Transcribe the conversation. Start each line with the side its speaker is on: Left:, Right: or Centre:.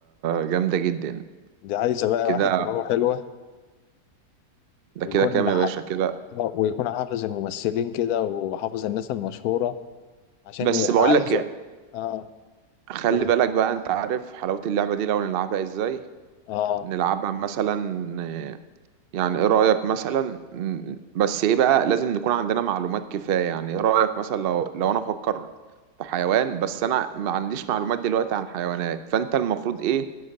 Right: جامدة جدا
Left: دي عايزة بقى
Right: كده
Left: واحد دماغه حلوة
Right: ده
Left: ويكون
Right: كده كام يا
Left: ح-
Right: باشا كده
Left: آه، ويكون حافظ الممثلين كده وحافظ الناس المشهورة عشان
Right: بس
Left: ي-
Right: بقول
Left: عايز
Right: لك إيه،
Left: و- اه
Right: خلي
Left: أوه.
Right: بالك بقى انت عارف حلاوة اللعبة دي لو نلعبها ازاي
Left: اه
Right: نلعبها مثلا آه، يعني ايه رأيك مثلا م- بس ايه بقى لازم نكون عندنا معلومات كفاية يعني ايه رأيك مثلا لو لو انا افكر في حيوان بس انا ما عنديش معلومات دلوقتي عن حيوانات فانت المفروض ايه